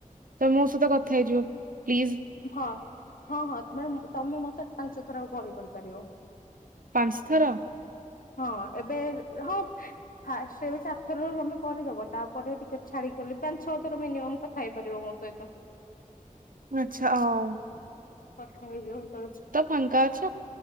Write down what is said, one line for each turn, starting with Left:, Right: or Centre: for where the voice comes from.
Right: ତ ମୋ ସହିତ କଥା ହେଇଯିବ ପ୍ଲିଜ।
Left: ହଁ। ହଁ ହଁ ମାନେ ତମେ ମତେ ପାଞ୍ଚ ଥର ଆଉ କଲ କରିପାରିବ।
Right: ପାଞ୍ଚ ଥର
Left: ହଁ ଏବେ ହଁ ଫାଷ୍ଟ ଏବେ ଚାରିଥର ତମେ କରିଦବ। ତାପରେ ଟିକେ ଛାଡି କଲେ ପାଞ୍ଚ ଛଅ ଥର ମିନିମମ୍ କଥା ହେଇପାରିବ ମୋ ସହିତ।
Right: ଆଛା ଓ
Left: କଥା ହେଇଯିବ
Right: ଫାଙ୍କା ଅଛ?